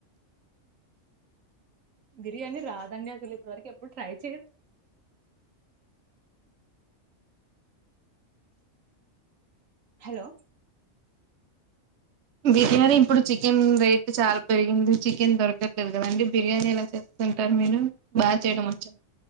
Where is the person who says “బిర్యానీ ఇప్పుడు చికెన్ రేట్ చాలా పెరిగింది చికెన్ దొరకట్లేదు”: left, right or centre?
Right